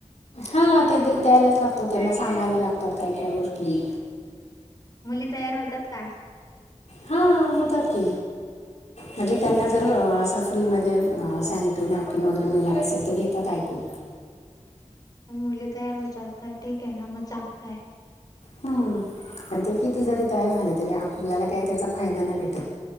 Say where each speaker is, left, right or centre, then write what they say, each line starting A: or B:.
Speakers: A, on the left; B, on the left.
A: हा, ते दे द्यायलाच लागतात, त्यांना सांगायला लागतात काय, काय गोष्टी.
B: मुली तयार होतात का?
A: हा, होतात की, म्हणजे त्यांना जर असं- फ्रीमध्ये अ, सॅनिटरी नॅपकिन वगैरे मिळणार असेल तर, घेतात ऐकून.
B: पण मुली तयार होतात, तर ठीक आहे ना, मग चांगलय.
A: हम्म पण ते किती जरी तयार झाले तरी, आपल्याला काही त्याचा फायदा नाही भेटत.